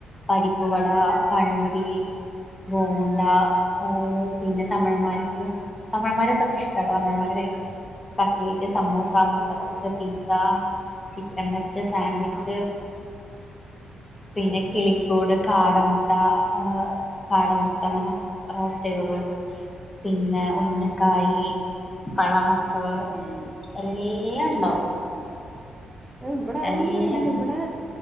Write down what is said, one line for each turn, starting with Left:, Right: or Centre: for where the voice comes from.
Left: പരിപ്പുവട പഴമ്പൊരി ബോണ്ട ഓ പിന്നെ തമിഴന്മാര്ക് തമിഴമാര്തൊക്കെ ഇഷ്ടട്ടോ തമിഴമാര് കടി കട്ട്ലേറ്റ് സമൂസ മുട്ട
Right: ആഹ്
Left: പപ്പ്സ് പിസ ചിക്കൻ ടച്ച് സാൻവിച്ച്
Right: ആഹ്
Left: പിന്നെ കിളികൂട് കാടമുട്ട ഏഹ്.. കാടമുട്ട ങ്ങനെ റോസ്റ്റിയ് തത്. പിന്നെ ഉന്നക്കായി
Right: ആഹ് ഓഹ്
Left: പഴന്നറച്ചത്
Right: ഏഹ്
Left: എല്ല ണ്ടാവു.
Right: ഇവടെ അതൊന്നും
Left: എല്ലാം
Right: ഇല്ല ഇവിടെ